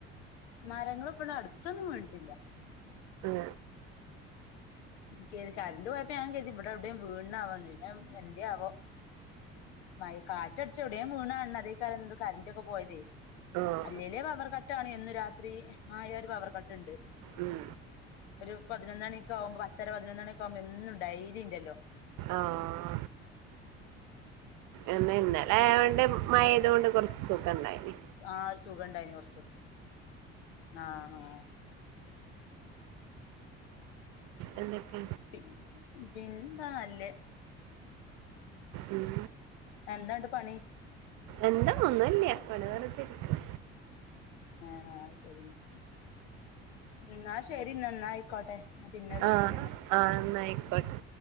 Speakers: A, on the left; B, on the right.
A: മരങ്ങൾ ഇപടെ അടുത്തൊന്നും വീണിട്ടില്ല
B: ഉം
A: ത് കറണ്ട് പോയപ്പോ ഞാൻ കത് ഇവിടെ എവിടെയും വീടണാവാന്ന് പിന്നെ എന്തേ ആവോ മയ് കാറ്റടിച്ച എവിടെയും വീണാണ് അതേ കാല എന്ത് കറന്റൊക്കെ പോയതേ
B: ആഹ്
A: അല്ലല്ലേ പവർ കട്ടാണ് ഒന്ന് രാത്രി ആയറ് പവർ കട്ട് ഉണ്ട്
B: ഉം
A: ഒരു പതിനൊന്ന മണിക ആകുമ്പോ പത്തര പതിനൊന്നണി ആാവുമ്പോ എന്നും ഡൈലി ഉണ്ടല്ലോ
B: ആഹ് എന്ന ഇന്നലെ അൊണ്ട് മയത കൊണ്ട് കുറച്ച് സുഖം ഇണ്ടായിന്
A: ആഹ് ഒരു സുഖണ്ടായിനി കൊറച്ച് ആഹ് ആഹ്
B: എന്തൊക്ക
A: പിൻ പിന്നെന്താ നല്ലേ
B: ഉം
A: എന്താണ്ട് പണി
B: എന്താ ഒന്നുല്ല ഇവടെ വെറുതിരിക്കും
A: ആഹ് ശരി എന്നാ എന്നാ ശരിന്നാ ആയിക്കോട്ടെ ഞാൻ പിന്നെ വിളിക്കണ്ട്
B: ആഹ്
A: ന്നാ
B: ആഹ് ന്നായിക്കോട്ടെ